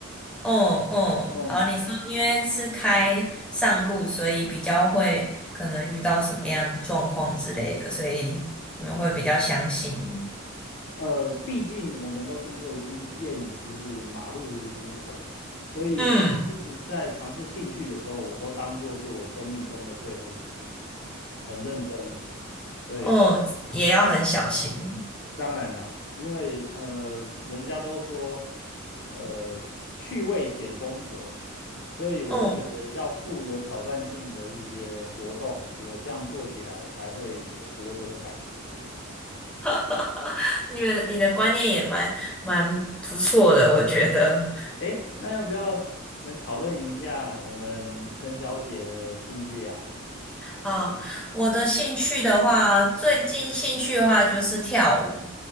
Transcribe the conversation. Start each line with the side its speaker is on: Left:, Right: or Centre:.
Centre: 嗯嗯，
Left: 嗯，
Centre: 好，你说因为是开上路，所以比较会可能遇到什么样状况之类的，所以你们会比较相信。
Left: 呃，毕竟我们都听过一句谚语，就是“马路如虎口”啦。所以我每次在尝试兴趣的时候，
Centre: 嗯，
Left: 我都当做是我生命中的最后一次，很认真。对。
Centre: 哦，也要很小心。
Left: 当然啦，因为呃，人家都说呃，趣味险中求，所以我是觉得要富有挑战性的一些活动，
Centre: 嗯
Left: 我这样做起来才会有活着的感觉。
Centre: <laughs> 你们你的观念也蛮蛮不错的，我觉得。
Left: 诶，那要不要能讨论一下我们陈小姐的兴趣呀、
Centre: 啊，我的兴趣的话，最近兴趣的话就是跳舞，